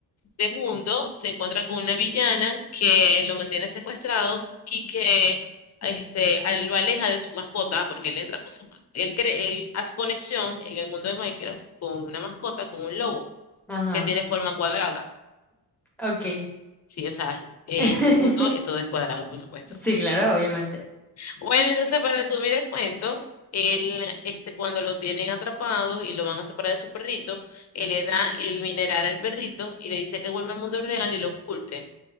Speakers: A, on the left; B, in the centre.
A: de mundo, se encuentra con una villana que lo mantiene secuestrado y que este, a él lo aleja de su mascota, porque él entra con su ma- Él, cre- él hace conexión en el mundo de Minecraft con una mascota, con un lobo,
B: Ajá,
A: que tiene forma cuadrada.
B: ok.
A: Sí, o sea, eh,
B: <laughs>
A: este mundo eh, todo es cuadrado, por supuesto.
B: Sí, claro, obviamente.
A: Bueno, entonces para resumir el cuento, él, este, cuando lo tienen atrapado y lo van a separar de su perrito, él le da el mineral al perrito y le dice que vuelva al mundo real y lo oculte.